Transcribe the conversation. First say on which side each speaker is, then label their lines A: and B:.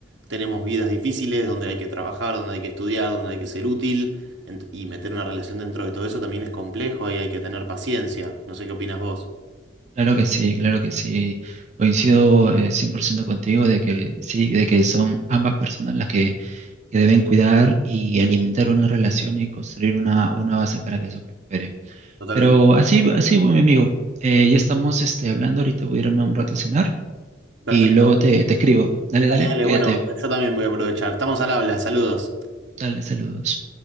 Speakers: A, on the right; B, on the right.
A: tenemos vidas difíciles, donde hay que trabajar, donde hay que estudiar, donde hay que ser útil, ent- y meter una relación dentro de todo eso también es complejo y hay que tener paciencia. No sé qué opinas vos.
B: Claro que sí, claro que sí. Coincido eh, 100% contigo de que sí, de que son ambas personas las que que deben cuidar y alimentar una relación y construir una, una base para que eso prospere.
A: Totalmente.
B: Pero así, así, bueno, mi amigo, eh, ya estamos este, hablando, ahorita voy a irme un rato a cenar y
A: Perfecto.
B: luego te, te escribo. Dale,
A: Dale,
B: dale,
A: dale,
B: cuídate,
A: bueno, yo también voy a aprovechar. Estamos al habla, saludos.
B: dale, saludos.